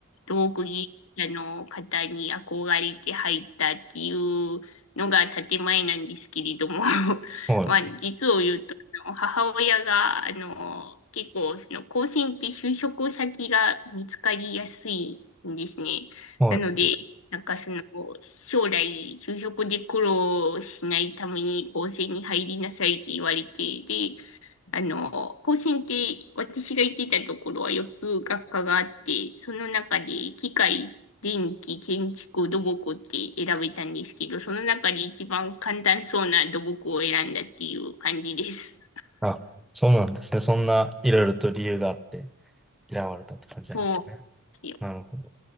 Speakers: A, on the left (about 65°); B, in the centre.
A: 道具技者の方に憧れて入ったっていうのが建前なんですけれども、<laughs>
B: い。はい。
A: まあ、実を言うと母親が、あの、結構、その、高専って就職先が見つかりやすいんですね。
B: はい。
A: なので、なんかその、将来、就職で苦労しないために高専に入りなさいって言われて、で、あの、高専って、私が行ってたところは4つ学科があって、その中で、機械、電気、建築、土木って選べたんですけど、その中で一番簡単そうな土木を選んだっていう感じです。
B: あ、そうなんですね。そんないろいろと理由があって嫌われたって感じなんですね。
A: そうなんですよ。
B: なるほど。